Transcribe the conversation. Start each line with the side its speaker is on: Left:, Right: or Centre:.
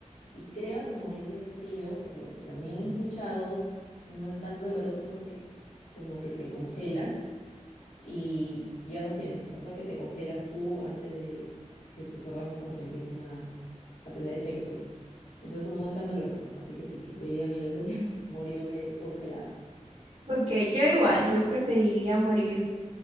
Left: Y creo que morir de frío, por lo que también he escuchado, no es tan doloroso porque como que te congelas y ya no sientes. O sea, creo que te congelas tú antes de que tus órganos como que empiecen a, a tener efecto. Entonces como no es tan doloroso. Así que sí, preferiría mil veces <laughs> morir de congelado.
Right: Ok, yo igual, yo preferiría morir